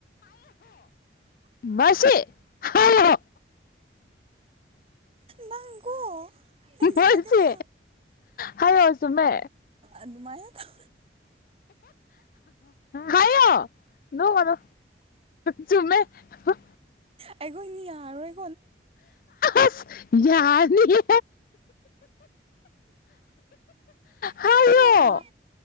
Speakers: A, on the left; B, on the right.
A: ꯃꯁꯦ ꯍꯥꯏꯌꯣ
B: ꯅꯪꯀꯣ ꯍꯦꯟꯖꯤꯜꯂꯛꯀꯅꯣ
A: ꯃꯁꯤ ꯍꯥꯏꯌꯣ ꯆꯨꯝꯃꯦ
B: ꯑꯗꯨꯃꯥꯏꯅ ꯇꯧ
A: ꯍꯥꯏꯌꯣ ꯅꯣꯛꯀꯅꯣ ꯆꯨꯝꯃꯦ ꯑ
B: ꯑꯩꯈꯣꯏꯅꯤ ꯌꯔꯔꯣꯏ
A: ꯑꯁ ꯌꯥꯅꯤꯌꯦ ꯍꯥꯏꯌꯣ
B: ꯆꯤꯇ꯭ꯔꯥ